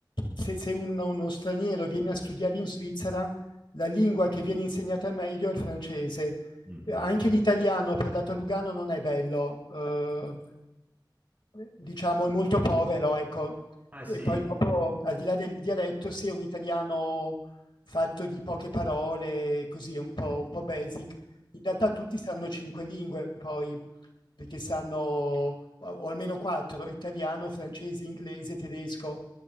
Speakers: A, on the left (about 85°); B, on the right (about 20°).
A: se, se uno, uno straniero viene a studiare in Svizzera, la lingua che viene insegnata meglio è il francese.
B: Mm,
A: Eh,
B: mm.
A: Anche l'italiano parlato a Lugano non è bello, eh, diciamo è molto povero, ecco.
B: Ah
A: E
B: sì?
A: poi dopo, al di là del dialetto, sì, è un italiano fatto di poche parole, così, un po', un po' basic. In realtà
B: Ok,
A: tutti sanno cinque lingue, poi perché sanno, o almeno quattro, italiano, francese, inglese, tedesco.